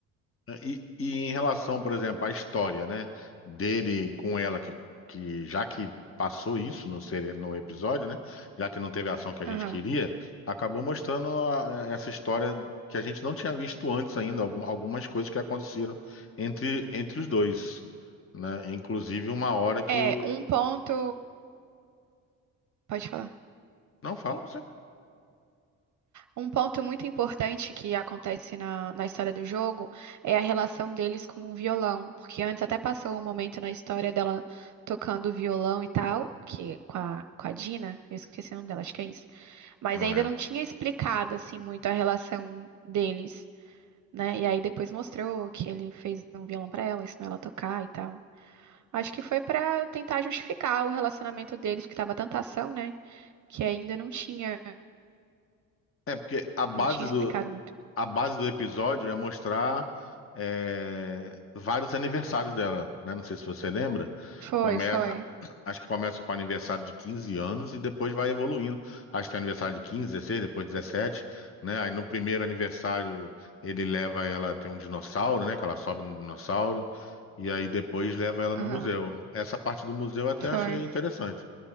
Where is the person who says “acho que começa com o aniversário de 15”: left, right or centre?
Left